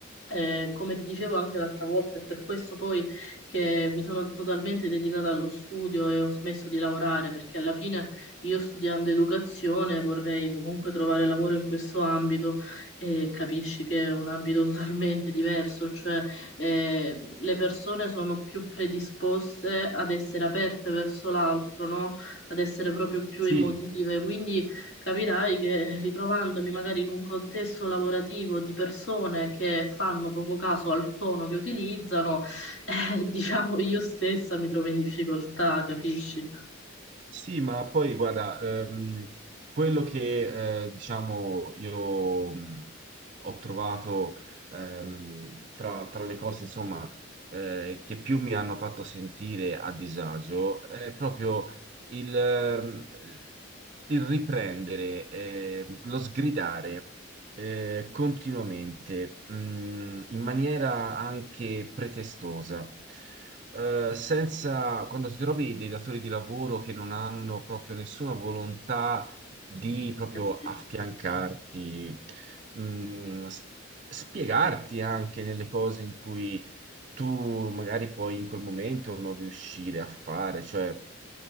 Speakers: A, on the left (about 65°); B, on the right (about 40°).
A: eh, come ti dicevo anche l'altra volta, è per questo poi che mi sono totalmente dedicata allo studio e ho smesso di lavorare, perché alla fine io studiando educazione vorrei comunque trovare lavoro in questo ambito e capisci che è un ambito <laughs> totalmente diverso, cioè eh, le persone sono più predisposte ad essere aperte verso l'altro, no? Ad essere proprio più
B: Sì,
A: emotive, quindi Capirai che <laughs> ritrovandomi magari in un contesto lavorativo di persone che fanno poco caso al tono che utilizzano, <laughs> eh, diciamo io stessa mi trovo in difficoltà, capisci?
B: Sì, ma poi guarda, ehm, quello che eh, diciamo io mh, ho trovato ehm, tra, tra le cose insomma eh, che più mi hanno fatto sentire a disagio è proprio il, ehm, il riprendere, eh, lo sgridare eh, continuamente, mh, in maniera anche pretestosa eh, senza, quando ti trovi dei datori di lavoro che non hanno proprio nessuna volontà di proprio
A: Eh sì.
B: affiancarti, mh, s- spiegarti anche nelle cose in cui tu magari puoi in quel momento non riuscire a fare, cioè